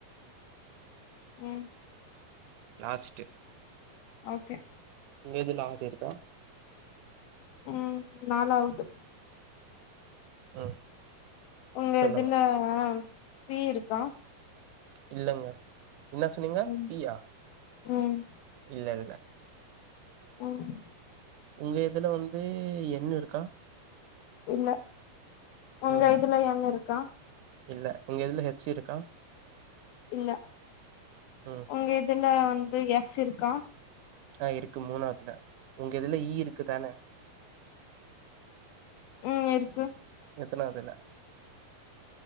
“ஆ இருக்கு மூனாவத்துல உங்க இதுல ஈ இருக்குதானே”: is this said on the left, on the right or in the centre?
Right